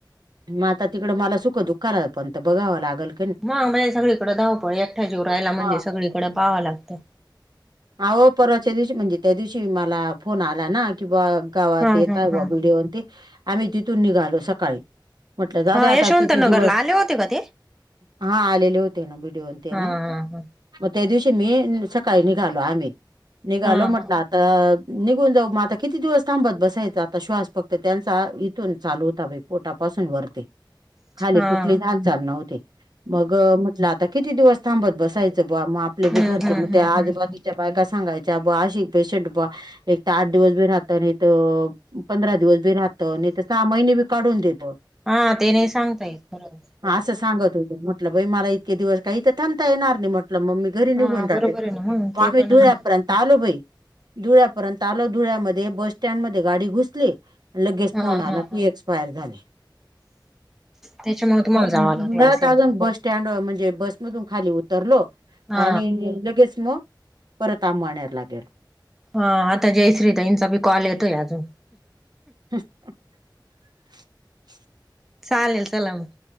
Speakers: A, on the right; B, in the centre.
A: मग आता तिकडे मला सुख, दुःखाला पणं बघावं लागेल.
B: मग बा सगळीकडे धावपळ एकट्या जीव रहायला म्हणजे
A: हा.
B: सगळीकडें पाहावं लागतं.
A: अहो परवाच्या दिवशी म्हणजे त्यादिवशी मला फोन आला ना, की बघ गावात
B: हा
A: येताव
B: हा हा
A: बांबू घेऊन ते, आम्ही तिथून निघालो सकाळी. म्हटलं जाऊद्या
B: हा
A: आता
B: यशवंतनगरला
A: किती दिवस,
B: आले होते का ते?
A: हा आलेले होते ना बीडीओन ते
B: हा
A: ना.
B: हा हा.
A: मग त्यादिवशी मी सकाळी निघालो आम्ही, निघालो
B: हा
A: म्हटलं
B: हा
A: आ- ता निघून जाऊ मग आता किती दिवस थांबत बसायचा आता श्वास फक्त त्यांचा इथून चालू होता बाई. पोटापासून वरती, खाली
B: हा
A: कुठलीच हालचाल नव्हती मग म्हटलं आ ता किती दिवस थांबत बसायचं बा आपले
B: हम्म
A: बी घरचे
B: हम्म
A: मग ते
B: हम्म
A: आधी
B: हम्म
A: बग,
B: हम्म.
A: त्या बायका सांगायच्या बा अशी पेशंट बा एक तर आठ दिवस बी राहत नाही तर, पंधरा दिवस बी राहत नाही तर सहा महिने बी काढून देत.
B: हा ते नाही सांगता येत बरोबर.
A: हा असं सांगत होते म्हटलं बाई मला इतके दिवस काही इथ थांबता येणार नाही म्हटलं मग मी घरी निघून
B: हा
A: जाते,
B: बरोबर आहे ना मग ते
A: आले
B: पण
A: धुळ्यापर्यंत,
B: आहे.
A: त आलो बाई, धुळ्यापर्यंत आलो धुळ्यामध्ये बसस्टँडमध्ये गाडी घुसली, लगेच
B: हा
A: फोन आला
B: हा
A: की
B: हा
A: एक्सपायर झाले.
B: त्याच्यामुळे तुम्हाला
A: निम्यात
B: जावं लागलं असेल.
A: अजून बस स्टँड म्हणजे बसमधून खाली उतरलो
B: हा.
A: आणि लगेच मग, परत आंबाणेरला गेलो.
B: हा आता जयश्री ताईंचा बी कॉल येतोय अजून.
A: <inaudible>
B: चालेल चला मग.